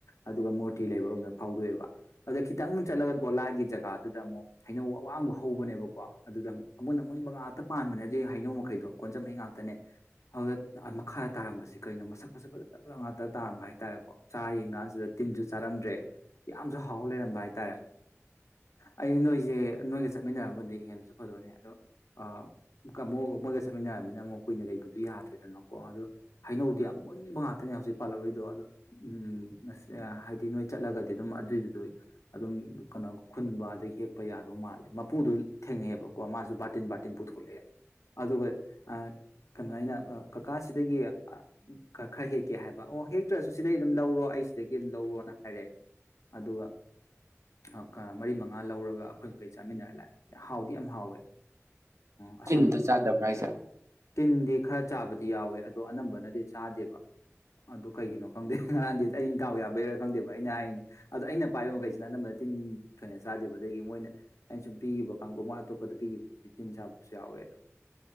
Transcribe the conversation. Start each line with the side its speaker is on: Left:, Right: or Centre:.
Left: ꯑꯗꯨꯒ ꯃꯨꯔꯇꯤ ꯂꯩꯕꯔꯣꯝꯗ ꯐꯥꯎꯗꯣꯛꯑꯦꯕ ꯑꯗꯨꯗ ꯈꯤꯇꯪ ꯆꯠꯂꯒ ꯒꯣꯂꯥꯏꯒꯤ ꯖꯒꯥꯗꯨꯗ ꯑꯃꯨꯛ ꯍꯩꯅꯧ ꯑꯋꯥꯡꯕ ꯍꯧꯕꯅꯦꯕꯀꯣ ꯑꯗꯨꯗ ꯑꯃꯨꯟ ꯑꯃꯨꯟꯕ ꯉꯥꯛꯇ ꯄꯥꯟꯕꯅꯦ ꯑꯗꯨ ꯍꯩꯅꯧ ꯃꯈꯩꯗꯣ ꯀꯣꯟꯖꯝ ꯍꯩ ꯉꯥꯛꯇꯅꯦ ꯑꯗꯨꯗ ꯃꯈꯥ ꯇꯥꯔꯝꯕꯁꯤ ꯀꯔꯤꯅꯣ ꯃꯁꯛ ꯃꯁꯛ ꯐꯖꯅ ꯐꯖꯅ ꯉꯥꯛꯇ ꯇꯥꯔꯝꯕ ꯍꯥꯏꯇꯥꯔꯦꯀꯣ ꯆꯥꯔꯥ ꯌꯦꯡꯀꯥꯟꯁꯤꯗ ꯇꯤꯟꯁꯨ ꯆꯥꯔꯝꯗ꯭ꯔꯦ ꯌꯥꯝꯅꯁꯨ ꯍꯥꯎ ꯂꯩꯔꯝꯕ ꯍꯥꯏꯇꯥꯔꯦ ꯑꯩ ꯅꯣꯏꯁꯦ ꯅꯣꯏꯒ ꯆꯠꯃꯤꯟꯅꯔꯕꯨꯗꯤ ꯍꯦꯟꯅꯁꯨ ꯐꯗꯣꯛꯅꯦ ꯑꯗꯣꯃꯣ ꯃꯣꯏꯒ ꯆꯠꯃꯤꯟꯅꯔꯝꯅꯤꯅ ꯑꯃꯨꯛ ꯀꯨꯏꯅ ꯂꯩꯕꯗꯨ ꯌꯥꯗ꯭ꯔꯦꯗꯅꯀꯣ ꯑꯗꯣ ꯍꯩꯅꯧꯗꯤ ꯌꯥꯝ ꯃꯨꯟꯕ ꯉꯥꯛꯇꯅꯦ ꯍꯧꯖꯤꯛ ꯄꯥꯜꯍꯧꯔꯤꯗꯣ ꯑ ꯎꯝ ꯍꯥꯏꯗꯤ ꯅꯣꯏ ꯆꯠꯂꯒꯗꯤ ꯑꯗꯨꯝ ꯑꯗꯨꯏꯗꯨꯗ ꯑꯗꯨꯝ ꯀꯩꯅꯣ ꯈꯨꯟꯕ ꯑꯗꯩ ꯍꯦꯛꯄ ꯌꯥꯗꯧ ꯃꯥꯜꯂꯦ ꯃꯄꯨꯗꯨ ꯊꯦꯡꯅꯩꯑꯕꯀꯣ ꯃꯥꯁꯨ ꯕꯥꯔꯇꯤꯟ-ꯕꯥꯔꯇꯤꯟ ꯄꯨꯊꯣꯛꯂꯛꯑꯦ ꯑꯗꯨꯒ ꯑ ꯀꯩꯅꯣ ꯑꯩꯅ ꯀꯀꯥꯥ ꯁꯤ ꯑꯗꯒꯤ ꯈ ꯈꯔ ꯍꯦꯛꯀꯦ ꯍꯥꯏꯕ ꯑꯣ ꯍꯦꯛꯇ꯭ꯔꯁꯨ ꯁꯤꯗꯒꯤ ꯑꯗꯨꯝ ꯂꯧꯔꯣ ꯑꯩ ꯁꯤꯗꯒꯤ ꯑꯗꯨꯝ ꯂꯧꯔꯣꯅ ꯍꯥꯏꯔꯦ ꯑꯗꯨꯒ ꯑꯥ-ꯀꯥ ꯃꯔꯤ ꯃꯉꯥ ꯂꯧꯔꯒ ꯑꯩꯈꯣꯏ ꯃꯈꯩ ꯆꯥꯃꯤꯟꯅꯔ ꯂꯥꯛꯑꯦ ꯍꯥꯎꯗꯤ ꯌꯥꯝ ꯍꯥꯎꯋꯦ ꯑꯁꯪ
Right: ꯆꯤꯟꯗ ꯆꯥꯗꯕ꯭ꯔꯥ ꯍꯥꯏꯁꯦ
Left: ꯇꯤꯟ ꯗꯤ ꯈꯔ ꯆꯥꯕꯗꯤ ꯌꯥꯎꯋꯦ ꯑꯗꯣ ꯑꯅꯝꯕꯅꯗꯤ ꯆꯥꯗꯦꯕ- ꯑꯗꯨ ꯀꯩꯒꯤꯅꯣ ꯈꯪꯗꯦ ꯍꯥ ꯉꯔꯥꯟꯗꯤ ꯑꯩꯩꯅ ꯗꯥꯎ ꯌꯥꯕꯩꯔꯥ ꯈꯪꯗꯦꯕ ꯑꯩꯅ ꯍꯥꯏꯔꯤꯅꯦ ꯑꯗꯣ ꯑꯩꯅ ꯄꯥꯏꯕ ꯃꯈꯩꯁꯤꯅ ꯑꯅꯝꯕꯅ ꯇꯤꯟ ꯊꯣꯏꯅ ꯆꯥꯗꯦꯕ ꯑꯗꯒꯤ ꯃꯣꯏꯅ ꯑꯩꯅ ꯁꯨꯝ ꯄꯤꯈꯤꯕ ꯀꯥꯡꯕꯨ ꯃꯣꯏ ꯑꯇꯣꯞꯄꯗ ꯄꯤꯈꯤꯕꯗꯨꯗꯤ ꯇꯤꯟ ꯆꯥꯕꯁꯨ ꯌꯥꯎꯋꯦ ꯑꯗꯨꯝ